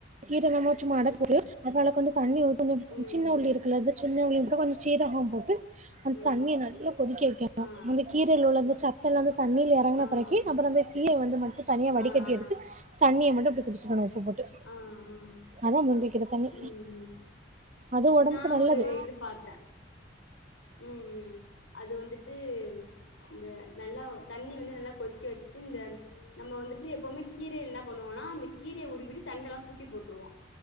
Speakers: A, on the right (about 35°); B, on the left (about 80°).
A: கீர இல்லாம சும்மா <unintelligible> அதனால கொஞ்சோ தண்ணி ஊத்தனும்
B: ம்
A: சின்ன உள்ளி
B: ம்
A: இருக்குல இது சின்ன உள்ளி கொஞ்சோ சீரகம் போட்டு அந்த
B: ம்
A: தண்ணிய நல்லா கொதுக்க வைக்கனு
B: ஆமா
A: அந்த கீரையில உள்ள அந்த சத்தெல்லா தண்ணில எறங்கின
B: ஆ ஆ ஆ
A: பிறகி அப்றோ வந்து கீர வந்து மட்டு தனியா
B: ஆ
A: வடிக்கட்டி
B: ஆ
A: எடுத்து தண்ணிய மட்டு குடிச்சிருவே நா உப்பு போட்டு
B: ஆஹ் ஆஹ்
A: அதான் முந்திக்கிற தண்ணி
B: ம் ம்
A: அது உடம்புக்கு
B: நா
A: நல்லது
B: ஒரு இது பாத்தே ம் ம் அது வந்துட்டு இந்த நல்லா தண்ணி வந்து நல்லா கொதிக்க வச்சுட்டு இந்த நம்ப வந்துட்டு எப்பவுமே கீரைய என்னா பண்ணுவோ னா அந்த கீரைய உருவிட்டு தண்டெல்லா தூக்கி போட்ருவோ